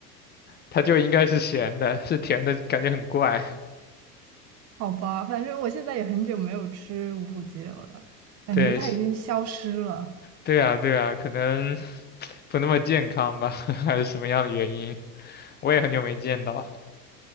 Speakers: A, on the left (about 20°); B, on the right (about 30°).
A: 它就应该是咸的，是甜的感觉很怪。
B: 好吧，反正我现在也很久没有吃五谷鸡柳了，感觉它已经消失了。
A: 对，对啊对啊，可能不那么健康吧，<laughs> 还是什么样的原因？我也很久没见到了。